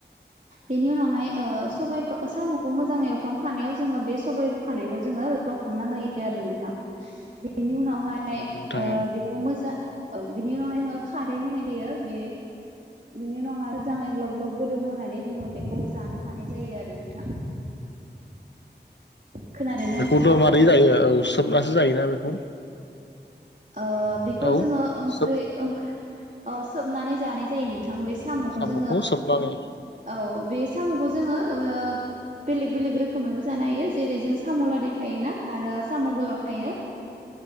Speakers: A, on the right (about 45°); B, on the left (about 85°).
A: बेनि उनावहाय ओ स सबाइखौ साम'खौ मोजाङै एवफ्र्लां खानायाव जोङो बे सबबाय रुखानायखौ जोङो लखबना होयो आरो नोंथां बेनि उनावहाय
B: नोंथां
A: ओ बेखौ मोजां औ बिनि उनावहाय जोङो- खारै होनाय जायो बे- बेनि उनावहाय मोजाङै ग्लाब ग्लाब गोदौ होनोनानै जोङो बेखौ जानो हानाय जायो आरो नोंथां।
B: <inaudible>
A: खोनादोंना
B: बेखौथ'
A: नोंथाङा
B: मारै जायो औ सोबनासो जायोना बेखौ।
A: ओ बेखौ
B: औ
A: जोङो ओंख्रि
B: सोब
A: ओंख्रि औ सोबनानै जानाय जायो नोंथां बे साम'खौ
B: औ
A: जोङो
B: सोबनानै
A: औ बे साम'खौ जोङो ओ। बेलेग बेलेग रोखोमैबो जानो हायो जेरै जों साम' लादाय थायोना आरो। साम'गोलाव थायो।